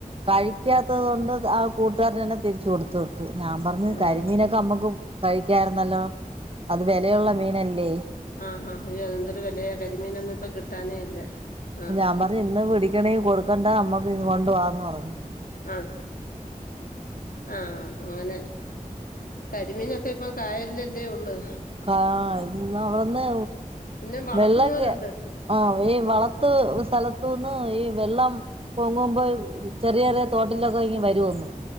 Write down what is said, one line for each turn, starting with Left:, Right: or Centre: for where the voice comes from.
Right: കഴിക്കാത്തതോണ്ട് ആഹ് കൂട്ടുകാരനെന്നെ തിരിച്ച് കൊട്ത്തു. ഞാ പറഞ്ഞു
Left: ഓഹ്
Right: കരിമീനൊക്ക നമ്മുക്ക് കഴിക്കായിരുന്നല്ലോ. അത് വെലയുള്ള മീനല്ലെ
Left: ആഹ്ഹാ അയ്യൊ എന്തൊരു വെലേയ കരിമീനൊന്നും ഇപ്പ കിട്ടാനെ ഇല്ല. ആഹ്
Right: ഞാ പറയി ഇന്ന് പിടിക്കണേ കൊടുക്കണ്ട നമ്മക്ക് കൊണ്ടവാന്ന് പറഞ്ഞു.
Left: ആഹ് ആഹ് അങ്ങനെ കരിമീനൊക്ക ഇപ്പൊ കായൽലല്ലെ ഉള്ള്.
Right: ആഹ് അവിടന്ന്
Left: പിന്നെ വളർത്തുന്നവരുണ്ട്
Right: വെള്ളങ്കെ ആഹ് ഈ വള ത്ത് സ്ഥലത്തൂന്ന് ഈ വെള്ളം പൊങ്ങുമ്പൊ ചെറിയ ചെറിയ തോട്ടിലൊക്കെ ഇങ്ങ് വരോന്ന്